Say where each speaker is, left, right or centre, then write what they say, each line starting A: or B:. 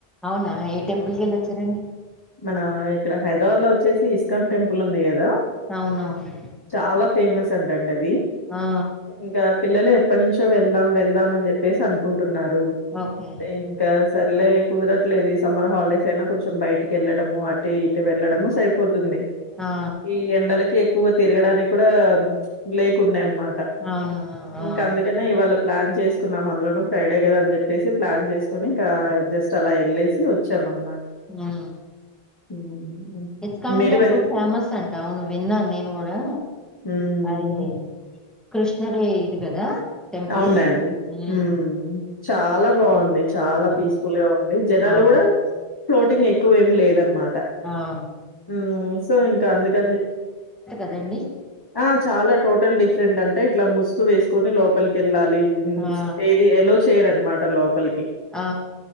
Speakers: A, in the centre; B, on the left.
A: అవునా ఏ టెంపుల్కి ఎళ్ళొచ్చారండి
B: మన ఇక్కడ హైదరాబాద్ లో వచ్చేసి ఇస్కాన్ టెంపుల్ ఉంది కదా
A: అవునవును
B: చాలా ఫేమస్ అంటండి అది
A: ఆ
B: ఇంకా పిల్లలే ఎప్పటి నుంచో వెళ్దాం వెళ్దాం అని చెప్పేసి అనుకుంటున్నారు
A: ఓకే
B: ఇంకా సర్లే కుదరట్లేదు ఈ సమ్మర్ హాలిడేస్ అయినా కొంచెం బయటికి ఎళ్ళడము అ టే ఇటు వెళ్లడము సరిపోతుంది
A: ఆ
B: ఈ ఎండలకి ఎక్కువగా తిరగడానికి కూడా లేకుండే అనమాట
A: అవును ఆ
B: ఇంకా అందు కనే ఇవాళ ప్లాన్ చేసుకున్నాం అందులోనూ ఫ్రైడే కదా అని చెప్పేసి ప్లాన్ చేసుకొని ఇంకా జస్ట్ అలా ఎళ్ళేసి వచ్చామంత్
A: ఊ
B: హ్మ్.
A: ఇస్కాన్
B: మీరు
A: టెంపుల్
B: వెళ్
A: ఫేమస్ అంట అవును విన్నాను నేను కూడా
B: హ్మ్.
A: అదే కృష్ణుడి ఇది కదా టెంపుల్
B: అవునండి
A: మ్మ్
B: ఊ చాలా బాగుంది చాలా
A: ఆ
B: పీస్ఫుల్ గా ఉంది జనాలు
A: ఆ
B: కూడా ఫ్లోటింగ్ ఎక్కువేమి లేదనమాట
A: ఆ
B: ఊమ్ సో ఇంకా అందుకని చెప్పి
A: రండి
B: ఆ చాలా టోటల్ డిఫరెంట్ అంటే ఇట్లా ముసుగు వేసుకొని లో కెళ్ళాలి
A: ఆ
B: ఏది ఎలో చేయరనమాట లోపలికి
A: ఆ